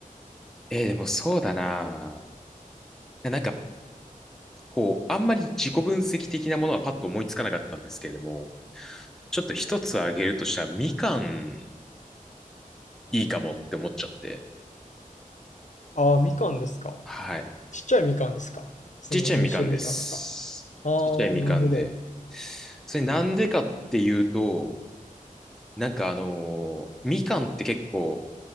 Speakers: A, in the centre; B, on the left (about 55°).
A: えー、でもそうだなぁなんか、こう、あんまり自己分析的なものはパッと思いつかなかったんですけれども、ちょっと一つあげるとしたら、みかんいいかもって思っちゃって。
B: ああ、みかんですか。
A: はい。
B: ちっちゃいみかんですか。その温州みかんとか。
A: ちっちゃいみかんです。
B: ああ、
A: ちっちゃいみかんで。
B: なるほど。
A: それなんでかっていうと、なんかあのーみかんって結構